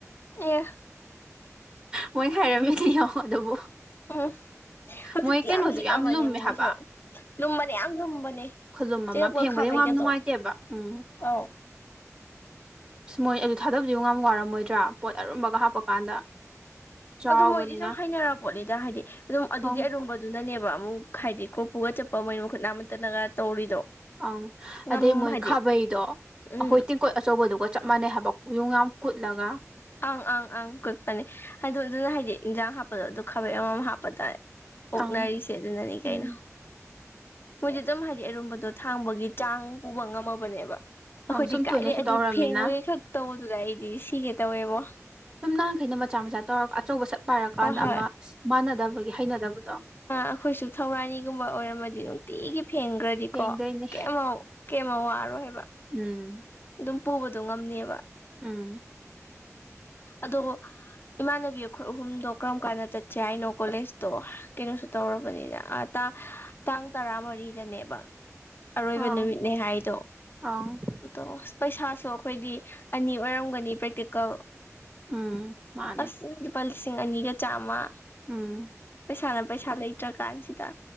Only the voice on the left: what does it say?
ꯑꯦ
ꯎꯝ ꯍꯧꯖꯤꯛꯇꯤ
ꯌꯥꯝ ꯂꯤꯛꯑꯕꯅꯦ
ꯃꯣꯏꯁꯨ
ꯂꯨꯝꯕꯅꯦ ꯌꯥꯝ ꯂꯨꯝꯕꯅꯦ
ꯆꯦꯔꯛꯄꯒ
ꯈꯥꯕꯩꯒꯗꯣ
ꯑꯧ
ꯑꯗꯨ ꯃꯣꯏꯗꯤ ꯁꯨꯝ ꯍꯩꯅꯔꯄꯣꯠꯂꯤꯗ ꯍꯥꯏꯗꯤ ꯑꯗꯨꯝ ꯑꯗꯨꯒꯤ
ꯑꯔꯨꯝꯕꯗꯨꯅꯅꯦꯕ ꯑꯃꯨꯛ ꯍꯥꯏꯗꯤ ꯀ꯭ꯔꯣꯄꯨꯒ ꯆꯠꯄ ꯃꯣꯏ ꯃꯈꯨꯠ ꯅꯥ ꯑꯃꯠꯇꯅꯒ ꯇꯧꯔꯤꯗꯣ
ꯉꯝ
ꯍꯥꯏꯗꯤ
ꯎꯝ
ꯑꯪ ꯑꯪ ꯑꯪ ꯀꯄꯅꯦ ꯍꯥꯏꯗꯣ ꯑꯗꯨꯅ ꯍꯥꯏꯗꯤ ꯏꯟꯖꯥꯡ ꯍꯥꯞꯄꯗꯣ ꯑꯗꯨ ꯈꯥꯕꯩ ꯑꯃꯃꯝ ꯍꯥꯞꯄ ꯇꯥꯔꯦ ꯄꯣꯛꯅꯔꯤꯁꯦ
ꯑꯗꯨꯅꯅꯤ
ꯀꯩꯅꯣ ꯃꯣꯏꯗꯤ ꯑꯗꯨꯝ ꯍꯥꯏꯗꯤ ꯑꯔꯨꯝꯕꯗꯣ ꯊꯥꯡꯕꯒꯤ ꯆꯥꯡ ꯄꯨꯕ ꯉꯝꯃꯕꯅꯦꯕ ꯑꯩꯈꯣꯏꯗꯤ
ꯀꯥꯏꯔꯦ
ꯑꯗꯨ
ꯐꯦꯡꯕꯒꯤ ꯈꯛ ꯇꯧꯕꯗꯨꯗ ꯑꯩꯗꯤ ꯁꯤꯒꯦ ꯇꯧꯋꯦꯕꯣ
ꯍꯣꯏ ꯍꯣꯏ
ꯑ ꯑꯩꯈꯣꯏꯁꯨ ꯊꯧꯔꯥꯅꯤꯒꯨꯝꯕ ꯑꯣꯏꯔꯝꯃꯗꯤ ꯑꯗꯨꯝ ꯅꯨꯡꯇꯤꯒꯤ ꯐꯦꯡꯈ꯭ꯔꯗꯤꯀꯣ
ꯀꯦꯝꯃ ꯀꯩꯃꯧ ꯋꯥꯔꯣꯏ ꯍꯥꯏꯕ
ꯑꯗꯨꯝ ꯄꯨꯕꯗꯣ ꯉꯝꯅꯦꯕ
ꯑꯗꯣ ꯏꯃꯥꯟꯅꯕꯤ ꯑꯩꯈꯣꯏ ꯑꯍꯨꯝꯗꯣ ꯀꯔꯝ ꯀꯥꯟꯗ ꯆꯠꯁꯦ ꯍꯥꯏꯅꯣ ꯀꯣꯂꯦꯖꯇꯣ ꯀꯩꯅꯣ ꯁ ꯇꯧꯔꯕꯅꯤꯅ ꯇꯥꯡ ꯇꯔꯥ ꯃꯔꯤꯗꯅꯦꯕ ꯑꯔꯣꯏꯕ
ꯅꯨꯃꯤꯠꯅꯦ ꯍꯥꯏꯗꯣ
ꯑꯗꯣ ꯄꯩꯁꯥꯁꯨ ꯑꯩꯈꯣꯏꯗꯤ ꯑꯅꯤ ꯑꯣꯏꯔꯝꯒꯅꯤ ꯄ꯭ꯔꯦꯛꯇꯤꯀꯦꯜ
ꯑꯁꯅ ꯂꯨꯄꯥ ꯂꯤꯁꯤꯡ ꯑꯅꯤꯒ ꯆꯥꯝꯃ
ꯄꯩꯁꯥꯅ ꯄꯩꯁꯥ ꯂꯩꯇ꯭ꯔ ꯀꯥꯟꯁꯤꯗ